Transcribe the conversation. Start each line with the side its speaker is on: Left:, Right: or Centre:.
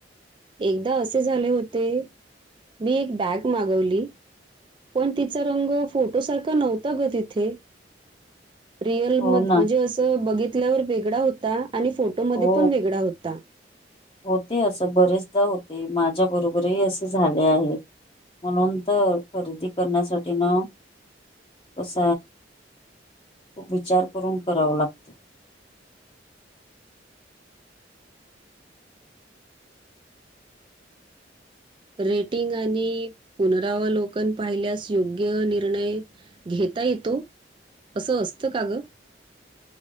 Right: एकदा असे झाले होते मी एक बॅग मागवली. पण तिचा रंग फोटो सारखा नव्हता ग तिथे. रिअल
Left: हो
Right: म
Left: ना
Right: म्हणजे असं बघितल्यावर वेगळा होता आणि फोटोमध्ये
Left: हो
Right: पण वेगळा होता.
Left: होते असं बरेचदा होते माझ्या बरोबरही असे झाले आहे. म्हणून तर खरेदी करण्यासाठी ना कस खूप विचार करून कराव लागत.
Right: रेटिंग आणि पुनरावलोकन पाहिल्यास योग्य निर्णय घेता येतो असं असतं का ग.